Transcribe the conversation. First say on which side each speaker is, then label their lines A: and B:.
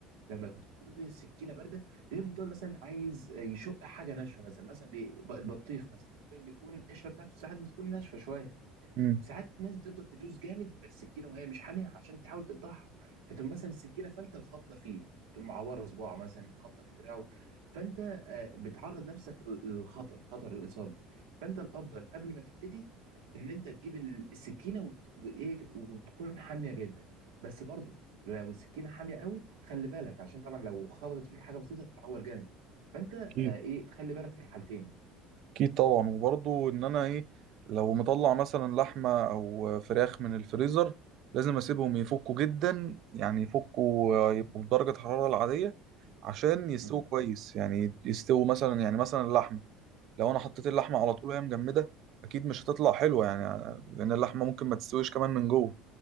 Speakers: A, on the right; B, on the right.
A: لما تكون السكينه بارده بيفضل مثلا عايز يشق حاجه ناشفه مثلا مثلا بي- البطيخ مثلا البطيخ بيكون القشره بتاعته ساعات بتكون ناشفه شويه
B: م-
A: ساعات ناس بتفضل تدوس جامد بالسكينه وهي مش حاميه عشان تحاول تقطعها فتقوم مثلا السكينه فلته وخابطه فيه تقوم معوره صباعه مثلا خابطه في دراعه فانت آه، بتعرض نفسك للخطر خطر الاصابه فانت الافضل قبل ما تبتدي ان انت تجيب ال- السكينه وت... وايه وتكون حاميه جدا بس برضو لو السكينه حاميه قوي خلي بالك عشان طبعا لو خبطت فيك حاجه بسيطه تتعور جامد فانت آه،
B: اكيد
A: ايه تخلي بالك في الحالتين يعني
B: اكيد طبعا وبرضه ان انا ايه لو مطلع مثلا لحمه او فراخ من الفريزر لازم اسيبهم يفكوا جدا يعني يفكوا آه، يبقوا في درجه حراره العاديه عشان يستووا
A: امم
B: كويس يعني يستووا مثلا يعني مثلا اللحمه لو انا حطيت اللحمه على طول وهي مجمده اكيد مش هتطلع حلوه يعني لان اللحمه ممكن ما تستويش كمان من جوه